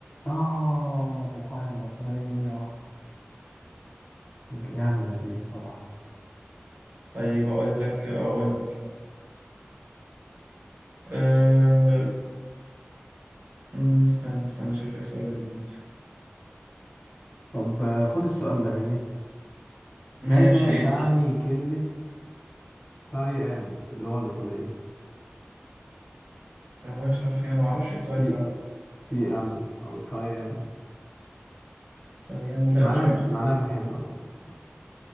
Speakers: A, on the left; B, on the right.
A: آه الوقاية المصرية جامدة دي الصراحة
B: طيب أقول لك أقول لك أه... أمم، استنى استنى أشوف لك سؤال لذيذ
A: طب آه، خد السؤال ده مني
B: ماشي
A: ماذا تعني
B: إدي
A: كلمة تايامو في اللغة الإيطالية؟
B: طب أنا مش عارف يعني أنا ما أعرفش إيه السؤال
A: تي
B: ساعات
A: تيامو أو تايامو
B: طيب ولا
A: معناها
B: مش عارف
A: معناها بحبك أصلا